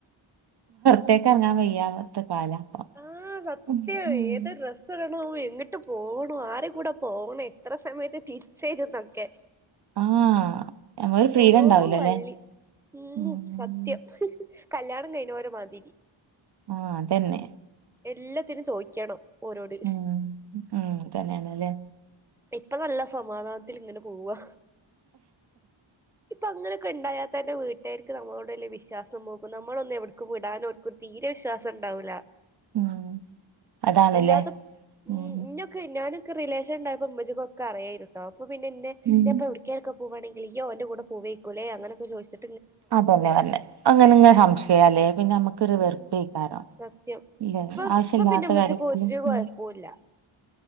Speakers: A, on the right; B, in the centre.
A: റ്റക്ക് അറങ്ങാൻ വയ്യാത്ത കാലാ ഇപ്പൊ
B: ആ സത്യയ്
A: ഉം.
B: ഏത് ഡ്രസ്സ് ഇട ണം എങ്ങട്ട് പോണം, ആരെ കൂടെ പോണം, എത്ര സമയത്ത് തിരിച്ചെരുന്നൊക്കെ
A: ആ നമ്മളൊരു ഫ്രീഡം
B: ഓരോ
A: ഉണ്ടാവില്ല
B: വള്ളി
A: അല്ലേ ഉം.
B: മ് സത്യം. കല്യാണം കഴിഞ്ഞൊരെ മാതിരി.
A: ആ അതന്നെ.
B: എല്ലാത്തിനും ചോയിക്കണം ഓരോട്.
A: ഉം. ഉം, തന്നെയാണല്ലേ
B: ഇപ്പ നല്ല സമാധാനത്തിൽ ഇങ്ങനെ പോവാ. ഇപ്പോ അങ്ങനൊക്കെ ഇണ്ടായാത്തന്നെ വീട് ട്ടര്ക്ക് നമ്മളോട് വല്ലിയ വിശ്വാസം പോകും, നമ്മളൊന്നും എവിടക്കും വിടാനും ഓർക്ക് തീരെ വിശ്വാസം ഇണ്ടാവൂല.
A: ഉം. അതാണല്ലേ
B: ഇല്ലാത്തപ്
A: ഉം.
B: മ് ഇന്നൊക്കെ ഞാനും ക്ക് റിലേഷൻ ഇണ്ടായപ്പോ ഉമ്മച്ചിക്കൊക്കെ അറിയായിരുട്ടോ, അപ്പോ പിന്നെ എന്നെ
A: ഉം.
B: ഞാ ഇപ്പ എവിടേക്കേലൊക്കെ പ് പോവാണെങ്കിൽ ഇയ്യ് ഓന്റെ കൂടെ പോവേക്കുലെ അങ്ങനൊക്കെ ചോയ്ച്ച്
A: അതന്നെ ന്നെ അങ്ങനെ ഇങ്ങനെ സംശയാല്ലേ പിന്നെ നമ്മക് ങ്കര
B: ഉം
A: വെർപ്പെക്കാരം
B: സത്യം
A: ഇല്ലേ
B: ഇപ്പൊ
A: ആവശ്യ
B: ഇപ്പൊ
A: ഇല്ലാത്ത
B: പിന്നെ ഉമ്മച്ചിക്ക്
A: കാര്യത്തില്
B: ഒരു കൊഴപ്പൂല്ല
A: മ്